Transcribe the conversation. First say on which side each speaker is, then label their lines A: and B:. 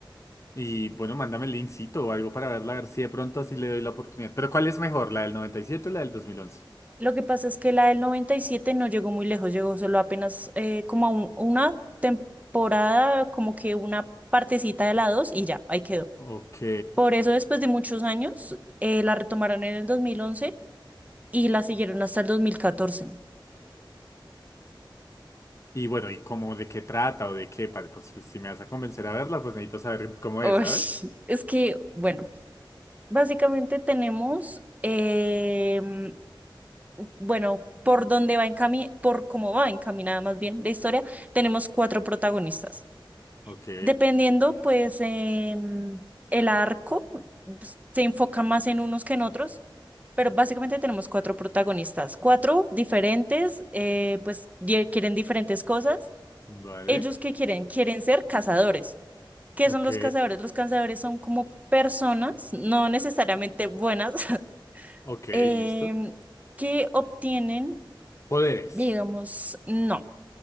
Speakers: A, on the left; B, on the right.
A: Y bueno, mándame el linkcito o algo para verla, a ver si de pronto así le doy la oportunidad. Pero ¿cuál es mejor, la del noventa y siete o la del dos mil once
B: Lo que pasa es que la del 97 no llegó muy lejos, llegó solo apenas eh, como a un- una temporada, como que una partecita de la 2 y ya, ahí quedó.
A: Ok.
B: Por eso después de muchos años eh, la retomaron en el dos mil once. y la siguieron hasta el 2014.
A: Y bueno, ¿y cómo de qué trata o de qué? Vale, pues pues, si me vas a convencer a verla, pues necesito saber cómo
B: Ush,
A: es, ¿sabes?
B: es que, bueno, Básicamente tenemos, em, bueno, por dónde va encami- por cómo va encaminada más bien la historia, tenemos cuatro protagonistas.
A: Ok.
B: Dependiendo, pues, em, el arco, pues, se enfoca más en unos que en otros, pero básicamente tenemos cuatro protagonistas, cuatro diferentes, eh, pues, di- quieren diferentes cosas.
A: Vale.
B: ¿Ellos qué quieren? Quieren ser cazadores. ¿Qué
A: Ok.
B: son los cazadores? Los cazadores son como personas, no necesariamente buenas, <laughs>
A: Ok,
B: em,
A: listo.
B: que obtienen,
A: Poderes.
B: digamos, no,